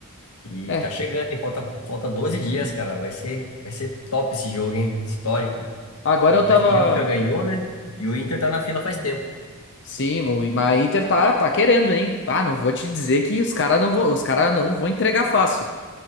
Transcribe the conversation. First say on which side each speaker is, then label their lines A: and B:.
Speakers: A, on the left; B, on the left.
A: E
B: É,
A: tá chegando, hein? Falta, falta 12 dias, cara. Vai ser, vai ser top esse jogo, hein? Histórico.
B: agora
A: O
B: eu
A: PSG
B: tava.
A: nunca ganhou, né? E o Inter tá na fila faz tempo.
B: Sim, o mas a Inter tá, tá querendo, hein? Ah, não vou te dizer que os caras não vão, os cara não vão entregar fácil.